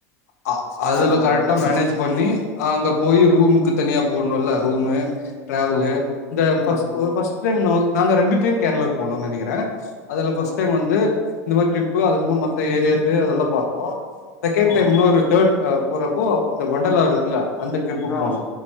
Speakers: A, on the left; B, on the left.
A: அ
B: அதுதா
A: அதுல கரெக்டா
B: அதுதா
A: மேனேஜ் பண்ணி அங்க போய் ரூமுக்கு தனியா போடணுல்ல ரூமு டிராவலு
B: ஆமா
A: இந்த ஃபஸ்ட்
B: ஆமா
A: ஃபஸ்ட்டைம் நம நாங்க ரெண்டு டைம் கேரளாவுக்கு போனோன்னு நெனக்குறே அதுல ஃபஸ்ட்
B: ஓ
A: டைம் வந்து இந்த மாரி ட்ரிப்பு அதுக்கப்றோ மத்த ஏரியாஸ்ஸு அதெல்லா பாத்தோ செகண்ட்
B: ஓ
A: டைம் நூரு தேர்ட் அ போறப்போ இந்த ஒண்டர்லா இருக்குல அந்த ட்ரிப்புக்கு
B: ஆ
A: போனு